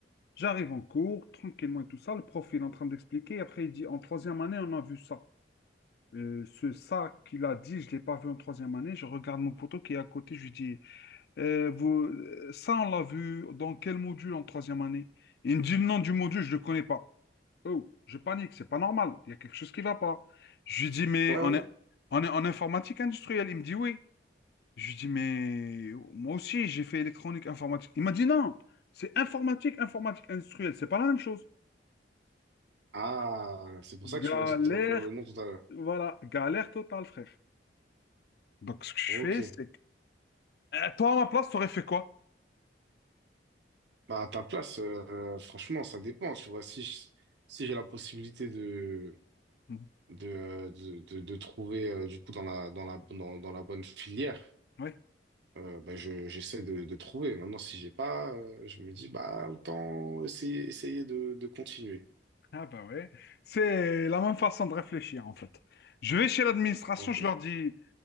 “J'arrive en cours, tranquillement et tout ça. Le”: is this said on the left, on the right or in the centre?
Left